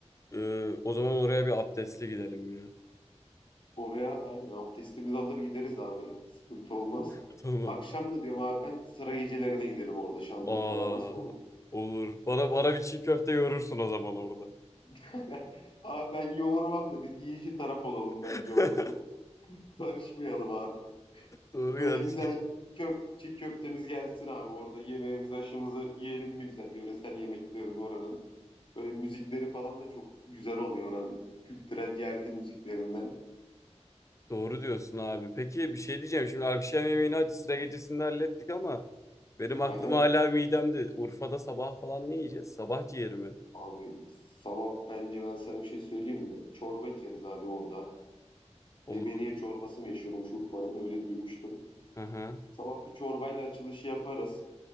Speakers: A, on the left (about 25°); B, on the left (about 45°).
A: e, o zaman oraya bir abdestli gidelim ya.
B: Oraya aynen, abdestimizi alır gideriz abi. Sıkıntı olmaz.
A: <laughs> Tamam.
B: Akşam da diyorum abi ben sıra gecelerine gidelim orada Şanlıurfa'da
A: Aa,
B: nasıl olur?
A: olur. Bana bana bir çiğ köfte yorursun o zaman orada.
B: <laughs> Abi ben yoğurmam da biz yiyici taraf olalım
A: <laughs>
B: bence orada. Çok karışmayalım abi.
A: Doğru
B: Böyle
A: gerçi.
B: güzel köfte, çiğ köftemiz gelsin abi orada. Yemeğimizi, aşımızı yiyelim mi güzel yöresel yemeklerin oranın. Böyle müzikleri falan da çok güzel oluyor oranın. Kültürel yerli müziklerinden.
A: Doğru diyorsun abi. Peki bir şey diyeceğim. Şimdi akşam yemeğini hadi sıra gecesinde hallettik ama benim aklım
B: Aha.
A: hala midemde. Urfa'da sabah falan ne yiyeceğiz? Sabah ciğeri mi?
B: Abi sabah bence ben sana bir şey söyleyeyim mi? Çorba içeriz abi orada.
A: Olur.
B: Lebeniye çorbası meşhurmuş Urfa'nın öyle duymuştum.
A: Hı hı.
B: Sabah bir çorbayla açılışı yaparız.